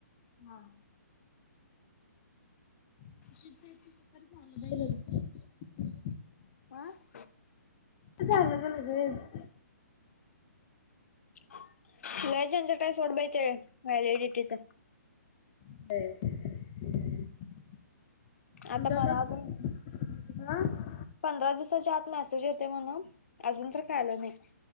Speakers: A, on the left; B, on the left.
A: हां <inaudible> <unintelligible>
B: <unintelligible>
A: चांगलं झाल ग
B: लई जणझट काय सोड बाई ते व्हॅलिडिटीच
A: <inaudible> <unintelligible>
B: आता मला अजून पंधरा दिवसांच्या आत मेसेज येते म्हणून अजून तरं कायं आला नाहीं